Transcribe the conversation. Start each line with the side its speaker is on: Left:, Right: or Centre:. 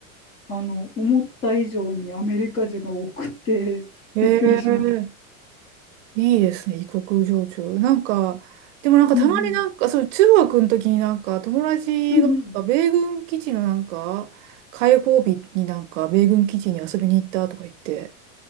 Left: あの、思った以上にアメリカ人が多くて、<laughs>
Right: ええ
Left: びっくりしました。
Right: いいですね、異国情緒。なんか、でもなんかたまになんか、
Left: うんうん。
Right: そう、中学の時になんか友達がなんか米軍基地のなんか、
Left: うんう
Right: 開放日になんか米軍基地に遊びに行ったとか言って、